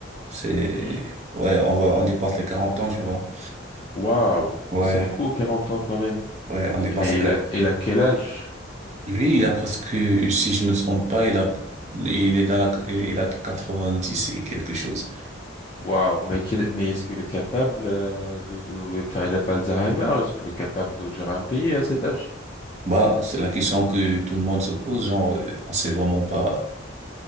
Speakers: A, on the right; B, on the left.
A: C'est,
B: mhm.
A: ouais, on va, on dépasse les 40 ans, tu vois.
B: Waouh,
A: Ouais,
B: c'est beaucoup 40 ans quand même.
A: ouais, on dépasse
B: Mais
A: les
B: il
A: qua-
B: a, il a quel âge?
A: Lui, il a presque, si je me trompe pas, il a, il est dans la, il a 90 et quelque chose.
B: Waouh, mais, que- mais est-ce qu'il est capable euh, de, de... Enfin, il n'a pas Alzheimer, est-ce qu'il est capable de gérer un pays à cet âge?
A: Bah, c'est la question que tout le monde se pose, genre, euh, on sait vraiment pas.